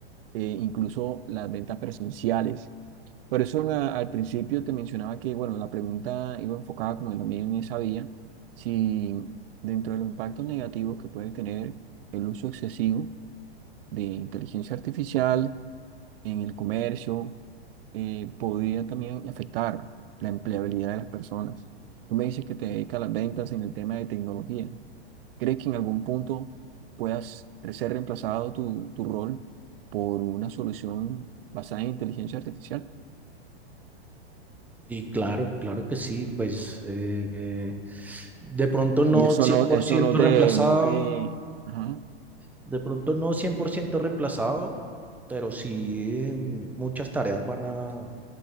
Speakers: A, on the right; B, in the centre.
A: eh, incluso las ventas presenciales. Por eso la- al principio te mencionaba que, bueno, la pregunta iba enfocada como también en esa vía, si dentro de los impactos negativos que puede tener el uso excesivo de inteligencia artificial en el comercio, eh, podría también afectar la empleabilidad de las personas. Tú me dices que te dedicas a las ventas en el tema de tecnología. ¿Crees que en algún punto puedas ser reemplazado tu, tu rol por una solución basada en inteligencia artificial?
B: Y claro, claro que sí, pues eh, De pronto no
A: Y eso
B: cien
A: no,
B: por
A: eso
B: ciento
A: no te,
B: reemplazado,
A: no te, ajá,
B: de pronto no 100% reemplazado, pero sí eh, muchas tareas van a,